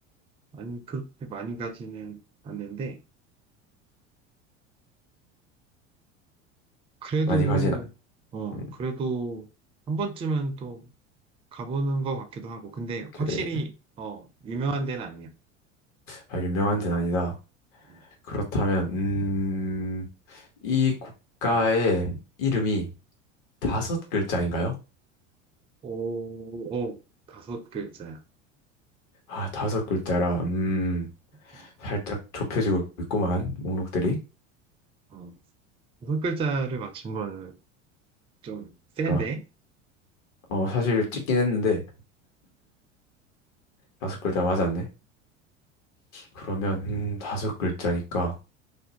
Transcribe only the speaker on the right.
아니 그렇게 많이 가지는 않는데 그래도
어
그래도 한 번쯤은 또 가보는 것 같기도 하고 근데 확실히
어 유명한 데는 아니야.
음.
오, 오, 다섯 글자야.
음,
어. 여섯 글자를 맞춘 거는 좀 센데,